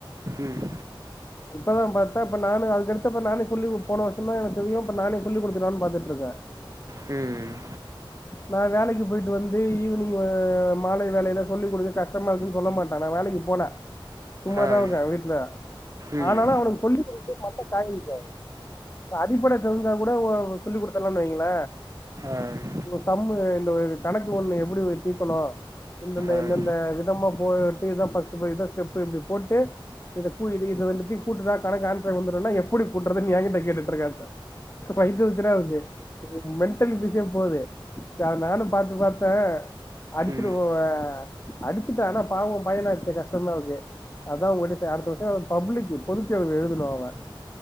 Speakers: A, on the right; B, on the left.
A: ம்
B: இப்பதா பாத்தா இப்ப நானு அதுக்கடுத்தப்ப நானே சொல்லி போன வருஷ தான் எனக்கு தெரியும் இப்ப நானே சொல்லி கொடுத்த நான்னு பாத்துட்டு இருக்கே ச
A: ம்
B: நான் வேலைக்கு போயிட்டு வந்து ஈவினிங் மாலை வேலையில சொல்லிக் கொடுக்க கஷ்டமா இருக்குன்னு சொல்ல மாட்டான வேலை க்கு போல சும்மாதா
A: ஆம்
B: இருக்க வீட்டுல
A: ம்
B: ஆனாலும் அவனுக்கு சொல்லிக கொடுட்டு மண்டா கயிதுங்க அடிப்படை தெரிஞ்ச கூட சொல்லி்டுத்தலனு வைங்கள
A: ஆம்
B: சம் இந்த கணக்கு ஒண்ணு எப்படி தீக்கணு இந்தெந்த
A: ஆம்
B: எந்தெந்த விதமா போட்டு ஸ்ட இப்படி போட்டு இத கூ எப்படி கூட்டுறதுன்னு என்கிட்ட கேட்டுட்டு இருக்க சார் பைத்த வக்கன இருக்கு மென்டல பீஸே போகுது அத நானும் பாத்து பாத்தேன் அடிச்சுட்டு
A: ம்
B: போ அடிச்சுட்டா ஆனா பாவம் பையனா அடுச்ச கஷ்டம்தா ஆவுது அதா உங்கட்ட சே அடுத்த வருஷம் அவ பப்ளிக்கு பொதுத்தேர்வு எழுதனும் அவ